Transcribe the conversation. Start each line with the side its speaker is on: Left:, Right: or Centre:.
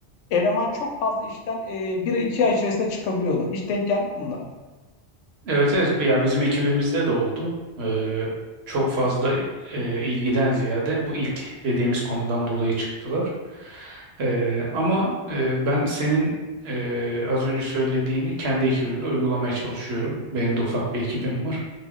Left: Eleman çok fazla işten bir iki ay içerisinde çıkabiliyordu. Hiç denk geldi mi bunlara?
Right: Evet evet ya bizim ekibimizde de oldu. Ee, çok fazla e, ilgiden ziyade bu ilk dediğimiz konudan dolayı çıktılar. Ee, ama e, ben senin e, az önce söylediğini kendi ekibimde uygulamaya çalışıyorum. Benim de ufak bir ekibim var.